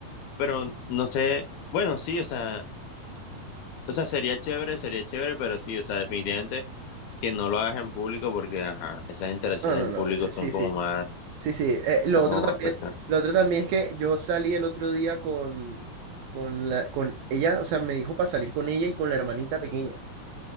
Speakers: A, on the left; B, on the right.
A: Pero no sé, bueno, sí, o sea, o sea, sería chévere, sería chévere, pero sí, o sea, definitivamente que no lo hagas en público porque, ajá, esas interacciones
B: No, no,
A: en
B: no,
A: público
B: eh, sí,
A: son como
B: sí,
A: más,
B: sí, sí. Eh, lo
A: son
B: otro
A: como
B: también,
A: más pesadas.
B: lo otro también es que yo salí el otro día con, con la, con ella, o sea, me dijo para salir con ella y con la hermanita pequeña.